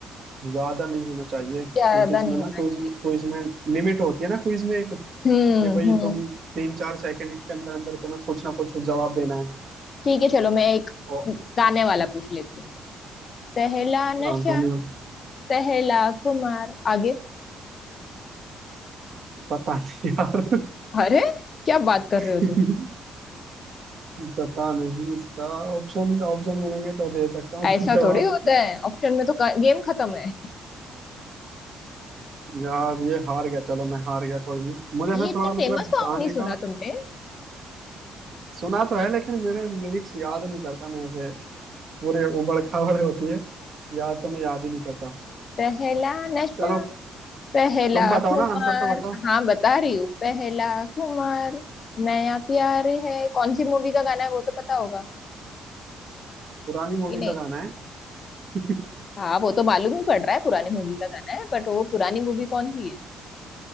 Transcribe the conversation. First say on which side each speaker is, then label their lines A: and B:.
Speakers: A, on the right (about 55°); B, on the left (about 45°).
A: ज्यादा नहीं होना चाहिए क्योंकि
B: ज्यादा
A: इसमें
B: नहीं
A: ना
B: होना
A: क्विज
B: चाहिए
A: में क्विज में लिमिट होती है ना क्विज में एक
B: हम्म
A: कि भाई
B: हम्म
A: तुम तीन चार सेकंड के अंदर अंदर तुम्हें कुछ ना कुछ जवाब देना है
B: ठीक है चलो मैं एक
A: ओ,
B: गाने वाला पूछ लेती हूँ पहला नशा
A: हाँ, धन्यवाद
B: पहला खुमार आगे
A: पता नहीं यार
B: अरे क्या बात कर
A: <laughs>
B: रहे हो तुम
A: पता नहीं इसका ऑप्शन ऑप्शन मिलेंगे तो दे सकता हूँ
B: ऐसा
A: <laughs> जवाब
B: थोड़ी होता है ऑप्शन में तो गेम खत्म है
A: यार ये हार गया चलो मैं हार गया कोई नहीं मुझे
B: ये
A: ना
B: इतना
A: थोड़ा
B: फेमस
A: मतलब
B: सॉन्ग
A: गाने
B: नहीं सुना
A: का
B: तुमने
A: सुना तो है लेकिन मेरे लिरिक्स याद नहीं करता मैं ऐसे पूरे उबड़ खाबड़ होती है याद तो मैं याद ही नहीं करता
B: पहला नशा
A: चलो
B: पहला
A: तुम बताओ
B: खुमार
A: ना आंसर तो बताओ
B: हाँ बता रही हूँ पहला खुमार नया प्यार है कौन सी मूवी का गाना है वो तो पता होगा
A: पुरानी मूवी
B: कि नहीं
A: का गाना है <laughs>
B: हाँ वो तो मालूम ही पड़ रहा है पुरानी मूवी का गाना है बट वो पुरानी मूवी कौन सी है